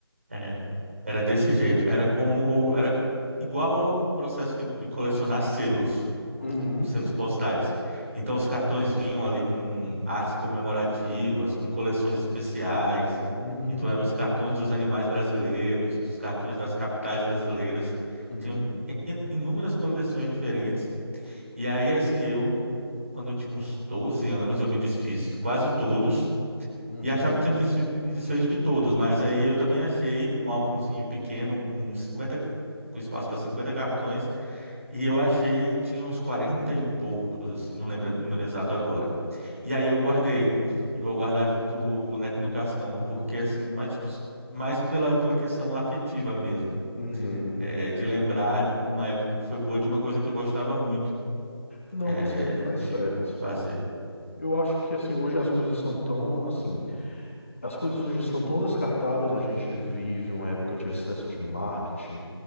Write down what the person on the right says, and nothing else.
é. Era desse jeito. Era como, era igual ao processo de, de colecionar selos.
selos postais. Então, os cartões vinham ali com artes comemorativas, com coleções especiais.
Então, eram os cartões dos animais brasileiros, os cartões das capitais brasileiras.
Tinham in- in- inúmeras coleções diferentes. E aí, assim, eu, quando eu tinha uns 12 anos, eu me desfiz de quase todos.
E achava que tinha me desfe- me desfeito de todos, mas aí eu também achei um álbumzinho pequeno com cinquenta com espaço para 50 cartões e eu achei, tinha uns 40 e poucos, assim, não lembro o número exato agora. E aí eu guardei, e vou guardar junto o boneco do Cascão, porque assim, mais, tipo, mais pela, pela questão afetiva mesmo,
é,
de lembrar de uma época que foi boa, de uma coisa que eu gostava muito
é,
de,
de fazer.